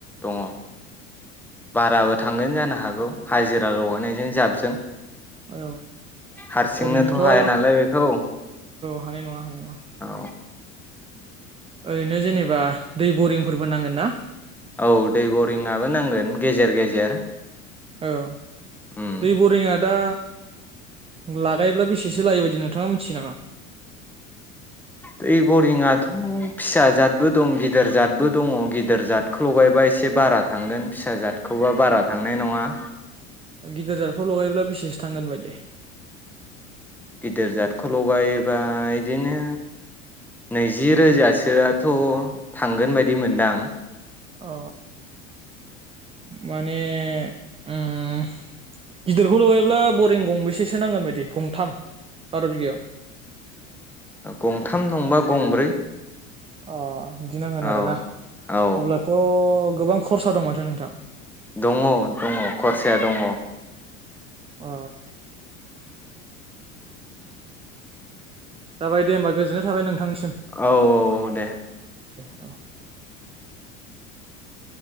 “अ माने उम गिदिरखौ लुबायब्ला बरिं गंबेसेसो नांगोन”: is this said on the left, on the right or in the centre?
Right